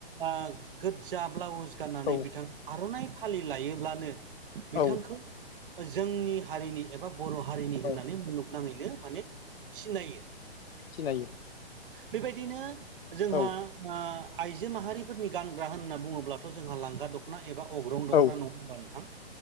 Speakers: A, on the right; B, on the left.
A: ओ गोज्जा ब्लाउस गाननानै
B: औ
A: बिथा आर'नाइ फालि लायोब्लानो
B: औ
A: बिथांखौ जोंनि हारिनि एबा बर' हारिनि
B: औ
A: होननानै मुलुग नाङैनो माने सिनायो।
B: सिनायो।
A: बेबायदिनो जोंहा
B: औ
A: ओ आइजो माहारिफोरनि गानग्रा होनना बुङोब्ला जोंहा लांगा दख'ना एबा अग्रं दख'ना
B: औ
A: नङाबा नोंथां